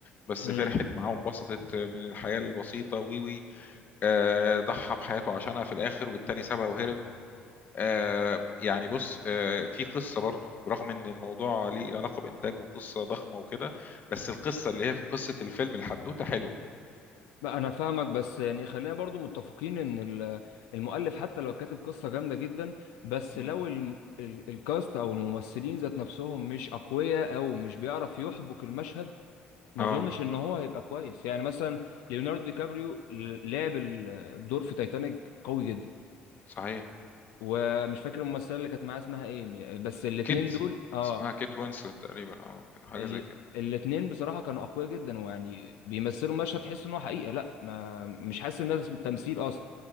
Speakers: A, on the left (about 45°); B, on the left (about 85°).
A: بس
B: امم
A: فرحت معاه وانبسطت من الحياة البسيطة وي وي آه ضحى بحياته عشانها في الاخر والتاني سابها وهرب آه يعني بص آه في قصة برضو رغم ان الموضوع ليه علاقة بإنتاج وقصة ضخمة وكده بس القصة اللي هي في قصة الفيلم الحدوتة حلوة
B: بقى انا فاهمك بس يعني خلينا برضو متفقين ان ال- المؤلف حتى لو كاتب قصه جامده جدا بس
A: مم.
B: لو الم- ال- الكاست او الممثلين ذات نفسهم مش اقوياء او مش بيعرف يحبك المشهد ما
A: اه
B: اظنش ان هو هيبقى كويس يعني مثلا ليوناردو دي كابريو ل- لعب ال- الدور في تايتانيك قوي جدا
A: صحيح
B: ومش فاكر الممثله اللي كانت معاه اسمها ايه م- بس الاتنين
A: كيت
B: دول اه
A: اسمها كيت وينسلت تقريبا او حاجة
B: ال...
A: زي كده
B: الاتنين بصراحه كانوا اقوياء جدا ويعني بيمثلوا مشهد تحس ان هو حقيقه لا ما مش حاسس ان ده اسم- تمثيل اصلا